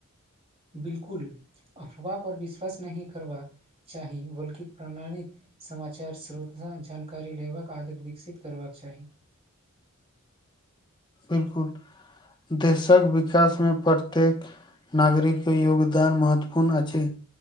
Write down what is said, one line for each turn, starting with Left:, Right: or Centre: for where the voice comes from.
Right: बिल्कुल अफवाह पर विश्वास नहि करबाक चाही बल्कि प्रणालित समाचार श्रोत जानकारी लेबाक आदत विकसित करबाक चाही
Left: बिल्कुल देशक विकास मे प्रत्येक नागरिकके योगदान महत्वपूर्ण अछि